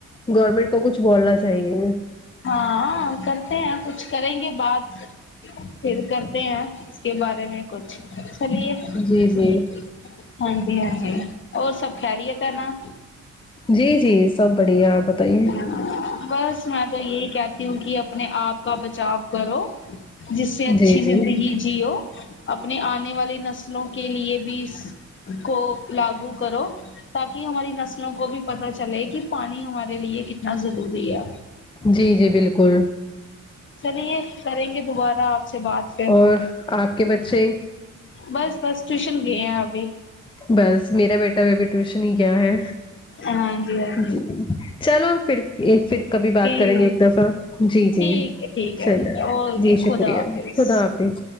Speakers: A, on the left; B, on the left.
A: گورنمنٹ کو کچھ بولنا چاہیے
B: ہاں کرتے ہیں کچھ کریں گے بات پھر کرتے ہیں اس کے بارے میں کچھ چلیے ہاں
A: جی جی
B: جی ہاں جی اور سب خیریت ہے نا
A: جی جی سب بڑھیا آپ بتائیے
B: بس میں تو یہی کہتی ہوں کی اپنے آپ کا بچاؤ کرو جس سے اچھی
A: جی
B: زندگی
A: جی
B: جیو اپنے آنے والی نسلوں کے لیے بھیس کو لاگو کرو تاکہ ہماری نسلوں کو بھی پتا چلے کہ پانی ہما رے لیے کتنا ضروری ہے
A: جی جی بالکل
B: چلیے کریں گے دوبارہ آپ سے بات پھر
A: اور آپ کے بچے
B: بس بس ٹیوشن گئے ہیں ابھی
A: بس میرا بیٹا بھی ابھی ٹیوشن ہی گیا ہے
B: ہاں ہاں
A: جی چلو پھر ایک پھر کبھی بات
B: جی
A: کریں گے ایک دفعہ جی جی
B: ٹھیک ٹھیک ہے ٹھیک ہے
A: چلیں
B: اوکے
A: جی شکریہ
B: خدا حافظ
A: خدا حافظ